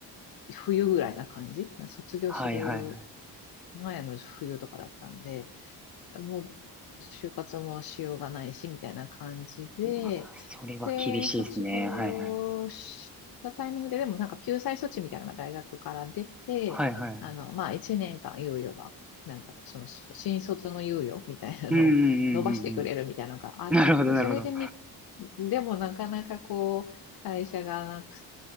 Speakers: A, on the left; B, in the centre.
A: 冬ぐらいな感じ。卒業する
B: はいはいはい。
A: 前の冬とかだったんで、もう就活もしようがないし、みたいな感じで、
B: うわ、それは厳しいですね。
A: で、卒業したタイミングで、
B: はいはい。
A: でもなんか救済措置みたいなのが大学から出て、
B: はいはい。
A: あの、まあ、1年間猶予は、なんだろう、その、新卒の猶予みたいなのを伸ばしてくれるみたいなのがあって、
B: うんうんうんうんうん。なるほどなるほど。
A: それでみ、でもなかなかこう、会社が